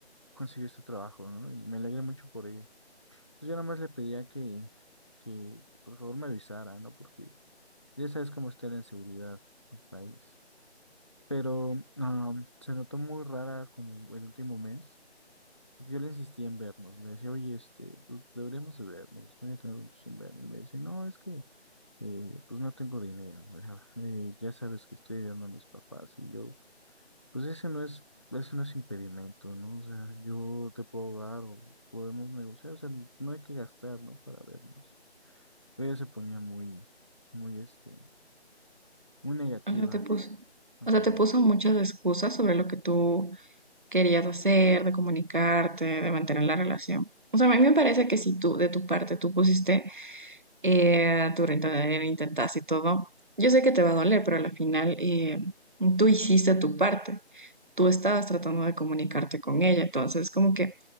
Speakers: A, on the left; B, on the right.
A: consiguió este trabajo, ¿no? Y me alegré mucho por ella. Entonces yo nada más le pedía que, que, que por favor me avisara, ¿no? Porque ya sabes cómo está la inseguridad del país. Pero ah, se notó muy rara como el último mes. Porque yo le insistía en vernos, le decía, oye, este, pues deberíamos de vernos, no voy a tener mucho sin vernos. Y me decía, no, es que, eh, pues no tengo dinero, <laughs> ¿verdad? Eh, ya sabes que estoy ayudando a mis papás y yo, pues ese no es, ese no es impedimento, ¿no? O sea, yo te puedo dar o podemos negociar, o sea, no hay que gastar, ¿no? Para vernos. Pero ella se ponía muy, muy, este, muy negativa
B: O sea, te puso,
A: a
B: o
A: querer.
B: sea, te puso muchas excusas sobre lo que tú querías hacer, de comunicarte, de mantener la relación. O sea, a mí me parece que si tú, de tu parte, tú pusiste eh, tu granito de arena, intentaste y todo, yo sé que te va a doler, pero al final eh, tú hiciste tu parte. Tú estabas tratando de comunicarte con ella, entonces como que